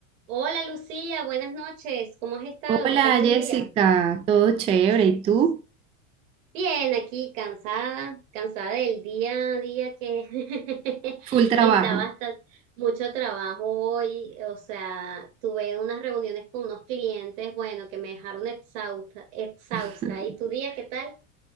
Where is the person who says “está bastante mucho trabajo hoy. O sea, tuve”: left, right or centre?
Right